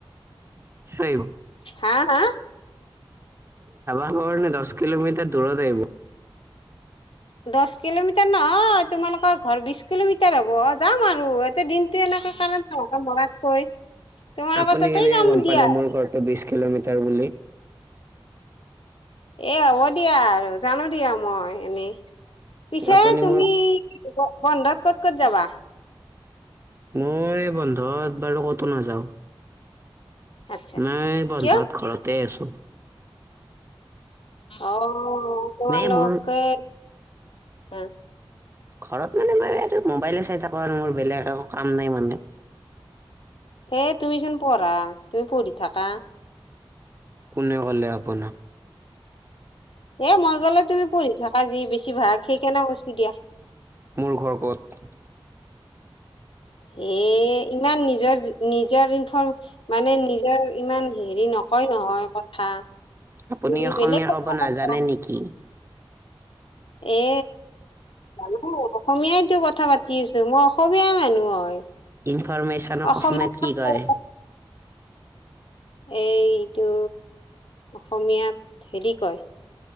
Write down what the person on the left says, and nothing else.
হা, হা,
দহ কিলোমিটাৰ নহয়, তোমালোকৰ ঘৰ বিশ কিলোমিটাৰ হব, অ', যাম আৰু এতে দিনটোে ন কাৰণ চকা মৰাতকৈ তোমালোকৰ
তাতেই
যাম
দিয়া।
এ হ'ব দিয়া, আৰু জানো দিয়া মই এনেই পিছে
তুমি
বন্ধত ক'ত ক'ত যাবা
আচ্ছা
কিয়?
অ',
লোকে
হ
হেই তুমিচোন পঢ়া তুমি পঢ়ি থাকা
এ, মই গ'লে তুমি পঢ়ি থাকা যি বেছি ভাগ সেই কেনেে কোনো দিয়া
হে ইমান নিজৰ নিজৰ ইনফৰ্ম মানে নিজ এতি ইমান হেৰি নকয় নহয় কথা
তুমি
বেলেগ
কথা
এ, জানো অসমীয়াইতো কথা পাতি আছো মই অসমীয়াই মানুহ হয়,
অসমীয়া
<unintelligible>
এইটো, অসমীয়াত হেৰি কয়